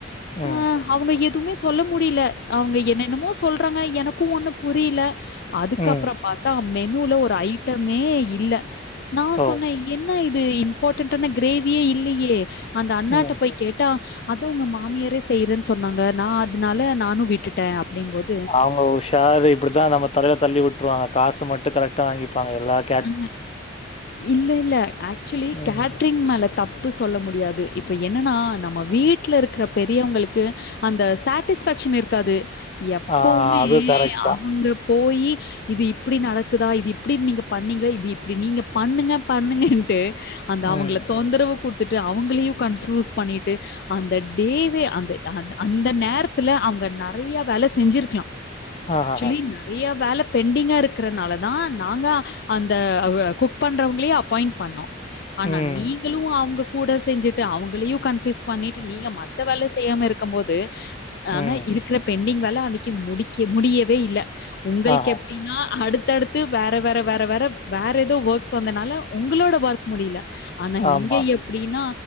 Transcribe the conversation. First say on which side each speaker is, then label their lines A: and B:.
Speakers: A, on the left; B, on the left.
A: ம்.
B: அ அவுங்க எதுமே சொல்ல முடில அவுங்க என்னென்னமோ சொல்றாங்க எனக்கு ஒண்ணுப் புரில அதுக்கப்பறோ
A: ம்.
B: பாத்தா மெனுல ஒரு ஐட்டமே இல்ல நா
A: ஓ!
B: சொன்ன என்ன இது இம்பார்டட்டான கிரேவியே இல்லயே அந்த அண்ணாட்ட
A: ம்.
B: போய் கேட்டா அது உங்க மாமியாரே செய்யறன் சொன்னாங்க நா அதனால நானு விட்டுட்ட அப்டின் போது
A: அவங்க உஷாரு இப்டிதா நம்ம தலைல தள்ளி விட்ருவாங்க காசு மட்டு கரெக்டா வாங்கிப்பாங்க எல்லாத்
B: அ இல்ல இல்ல ஆக்சுலி
A: ம்.
B: கேட்ரிங் மேல தப் து சொல்ல முடியாது இப்ப என்னனா நம்ம வீட்லருக்கற பெரியவங்களுக்கு அந்த சாட்டிஸ்ஃபேக்ஷன் இருக்காது எப்பவுமே
A: ஆ அது கரெக்ட் தான்.
B: அவுங்கப் போயி இது இப்டி நடக்குதா இது இப்டி நீங்க பண்ணீங்ளா இது இப்டி நீங்க பண்ணுங்க பண்ணுங்கன்ட்டு அந்த
A: ம்.
B: அவங்கள தொந்தரவு குடு த்துட்டு அவுங்களையு கன்ப்யூஸ் பண்ணிட்டு அந்த டேவே அந்த அந்த அந்த நேரத் துல அவங்க நறயா வேல செஞ்சிருக்லா
A: ஆஹஹா.
B: ஆக்சுலி நறையா வேல பெண்டிங்கா இருக்கறனாலதா நாங்க அந்த குக் பண்றவங்ளே அப்பாயிண் பண்ணோ ஆனா
A: ம்.
B: நீ ங்களு அவுங்க கூட செஞ்சுட்டு அவங்களையு கன்ப்யூஸ் பண்ணிட்டு நீங்க மத்த வேல செய்யாம இருக்கும் போது
A: ம்.
B: ஆனா இருக்குற பெண்டிங் வேல அன்னிக்கு முடிக்க முடியவே இல்ல உங்களுக்
A: ஆஹா.
B: எப் டினா அடுத்தடுத்து வேற வேற வே இதுல வேற வேற ஏதோ ஒக்ஸ் வந்தனால உங்களோட ஒர்க் முடியல ஆனா
A: ஆமா.
B: இங்க எப்டினா